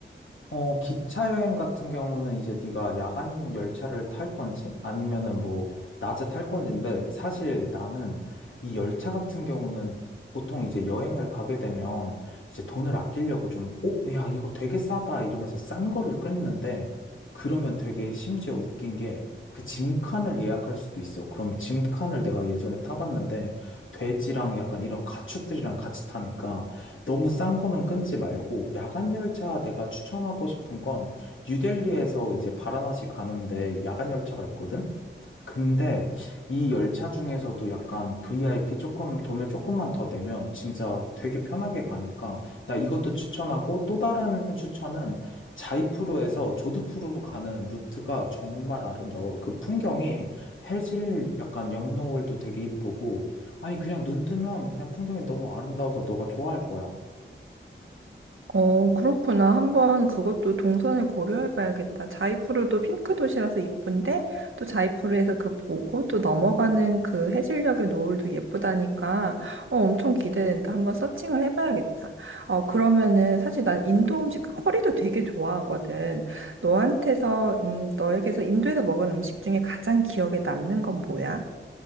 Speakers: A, on the left (about 75°); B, on the right (about 75°).
A: 어, 기차 여행 같은 경우는 이제 네가 야간 열차를 탈 건지 아니면은 뭐 낮에 탈 건지인데 사실 나는 이 열차 같은 경우는 보통 이제 여행을 가게 되면 이제 돈을 아끼려고 좀, 오, 야, 이거 되게 싸다 이러면서 싼 거를 끊는데 그러면 되게 심지어 웃긴 게 그 짐칸을 예약할 수도 있어. 그럼 짐칸을 내가 예전에 타봤는데 돼지랑 약간 이런 가축들이랑 같이 타니까 너무 싼 거는 끊지 말고 야간 열차 내가 추천하고 싶은 건 뉴델리에서 이제 바라나시 가는데 야간 열차가 있거든. 근데 이 열차 중에서도 약간 VIP 조금 돈을 조금만 더 내면 진짜 되게 편하게 가니까 나 이것도 추천하고 또 다른 추천은 자이프로에서 조드푸르 가는 루트가 정말 아름다워. 그 풍경이 해질 약간 영노을도 되게 이쁘고 아니 그냥 눈 뜨면 그냥 풍경이 너무 아름다워서 너가 좋아할 거야.
B: 어, 그렇구나. 한번 그것도 동선을 고려해 봐야겠다. 자이프루도 핑크 도시라서 이쁜데, 또 자이프루에서 그 보고 또 넘어가는 그 해질녘의 노을도 예쁘다니까, 어, 엄청 기대된다. 한번 서칭을 해 봐야겠다. 어, 그러면은 사실 난 인도 음식 그 커리도 되게 좋아하거든. 너한테서, 음, 너에게서 인도에서 먹은 음식 중에 가장 기억에 남는 건 뭐야?